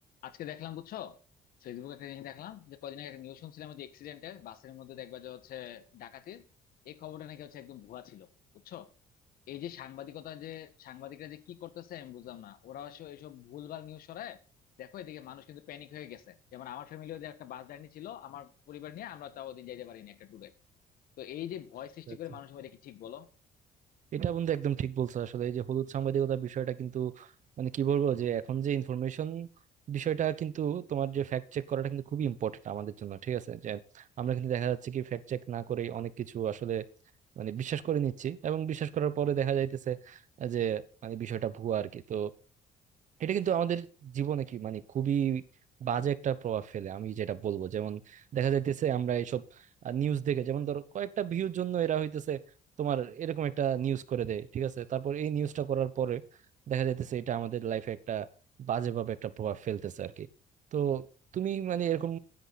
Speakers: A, on the left; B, on the right.
A: আজকে দেখলাম বুঝছো ফেসবুকে একটা জিনিস দেখলাম যে কদিন আগে একটা নিউজ শুনছিলাম যে এক্সিডেন্টের বাসের মধ্যে দেখবা যে হচ্ছে ডাকাতির এই খবরটা নাকি হচ্ছে একদম ভুয়া ছিল বুঝছো এই যে সাংবাদিকতা যে সাংবাদিকরা যে কি করতেছে আমি বুঝলাম না ওরা আসলে এইসব ভুলভাল নিউজ ছড়ায় দেখো এদিকে মানুষ কিন্তু প্যানিক হয়ে গেছে যেমন আমার ফ্যামিলিও যে একটা বাস জার্নি ছিল আমার পরিবার নিয়ে আমরা তাও ওদিন যাইতে পারিনি একটা ট্যুরে তো এই যে ভয় সৃষ্টি
B: আচ্ছা।
A: করে মানুষের মধ্যে কি ঠিক বলো
B: এটা বন্ধু একদম ঠিক বলছো আসলে এই যে হলুদ সাংবাদিকতার বিষয়টা কিন্তু মানে কি বলবো যে এখন যে ইনফরমেশন বিষয়টা কিন্তু তোমার যে ফ্যাক্ট চেক করাটা কিন্তু খুবই ইম্পর্টেন্ট আমাদের জন্য ঠিক আছে যে আমরা কিন্তু দেখা যাচ্ছে কি ফ্যাক্ট চেক না করেই অনেক কিছু আসলে মানে বিশ্বাস করে নিচ্ছি এবং বিশ্বাস করার পরে দেখা যাইতেছে যে মানে বিষয়টা ভুয়া আর কি তো এটা কিন্তু আমাদের জীবনে কি মানে খুবই বাজে একটা প্রভাব ফেলে আমি যেটা বলবো যেমন দেখা যাইতেছে আমরা এইসব নিউজ দেখে যেমন ধরো কয়েকটা ভিউর জন্য এরা হইতেছে তোমার এরকম একটা নিউজ করে দেয় ঠিক আছে তারপর এই নিউজটা করার পরে দেখা যাইতেছে এটা আমাদের লাইফে একটা বাজেভাবে একটা প্রভাব ফেলতেছে আর কি তো তুমি মানে এরকম